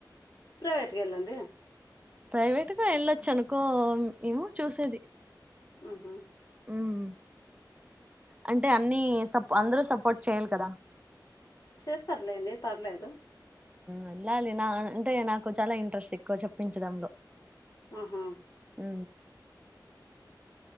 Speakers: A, on the left; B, on the right.
A: ప్రైవేట్ కి వెళ్ళండి
B: ప్రైవేట్గా వెళ్ళొచ్చు అనుకో మేమో చూసేది
A: మ్మ్ హ్హ్
B: ఉమ్, అంటే అన్ని అందరూ సపోర్ట్ చేయాలి కదా
A: చేస్తారులేండి పర్లేదు
B: వెళ్ళాలి నా అంటే నాకు చాలా ఇంట్రెస్ట్ ఎక్కువ చెప్పించడంలో
A: మ్మ్ హ్హ్
B: అ